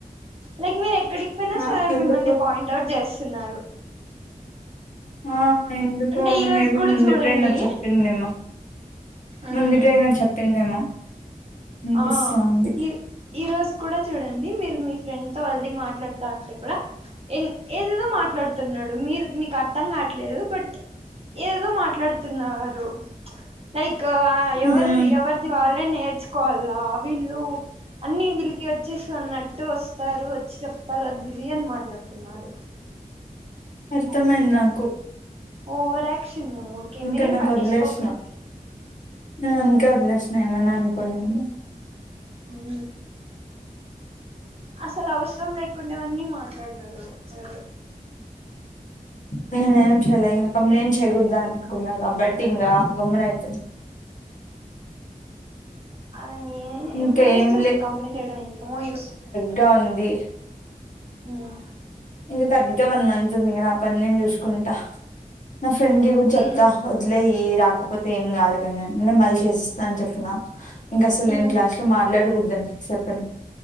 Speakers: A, on the right; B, on the left.
A: లైక్ మీరు ఎక్కడికి పోయినా
B: ఆ
A: సార్
B: ఎందుకు
A: మిమ్మల్ని పాయింట్ అవుట్ చేస్తున్నారు
B: ఆ ఎందుకో
A: అంటే ఈ రోజు
B: మేబి
A: కూడా
B: ముందు
A: చూడండి
B: ట్రైనర్ చెప్పిందేమో
A: ఉమ్
B: ముందు ట్రైనర్ చెప్పిందేమో అనిపిస్తుంది
A: ఆ ఈ ఈ రోజు కూడా చూడండి మీరు మీ ఫ్రెండ్ తో అళ్ది మాట్లాడుతా ఉంటే కూడా ఏదేదో మాట్లాడుతున్నాడు మీరు మీకు అర్థం కావట్లేదు బట్ ఏదేదో మాట్లాడుతున్నారు లైక్ ఎవరు
B: ఉమ్
A: ఎవరిది వాళ్ళే నేర్చుకోవాల వీళ్ళు అన్ని వీళ్ళకి వచ్చేసి అన్నట్టు వస్తారు వచ్చి చెప్తారు అదిది అని మాట్లాడుతున్నారు
B: అర్థమైంది నాకు
A: ఓవర్ యాక్షన్ ఊకే
B: ఇంకా
A: మీరేం
B: నాకు
A: పట్టించుకోకండి
B: వదిలేసిన నేను అందుకే వదిలేసిన ఏమన్నా అనుకోనని
A: హ్మ్ అసలు అవసరం లేకుండేవణ్ణి మాట్లాడుతున్నారు సరే
B: నేను ఏం చేయలే ఇంకా కంప్లైంట్ చేయకూడదు అనుకున్న కాబట్టి ఇంగ గమున అయితే
A: అయ్యే
B: ఇంకా
A: వేస్ట్
B: ఏం
A: అసలు కంప్లైంట్ చేయడం ఏమో యూస్
B: రంది
A: ఉమ్
B: ఇంకా కరెక్ట్ గా వన్ మంత్ ఉంది ఇంకా నా పని నేను చూసుకుంటా నా ఫ్రెండ్ కి కూడా చెప్తా
A: మ్
B: వ ఇట్లే రాకపోతే ఏం కాదు కాని నను మళ్ళీ చేసిస్తా అని చెప్తున్నా ఇంకా అసలు నేను
A: మ్
B: క్లాస్ లో మాట్లాడకూడదు అని ఫిక్ అయిపోయిన